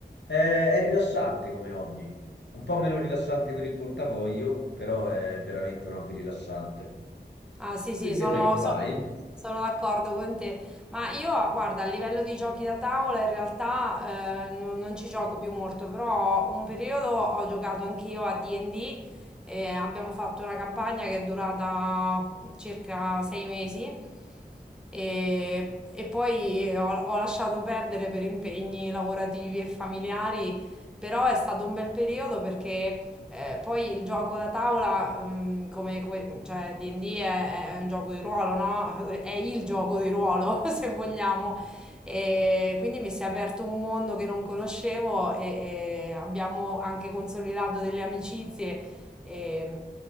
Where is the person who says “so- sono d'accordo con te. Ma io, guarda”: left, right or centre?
Centre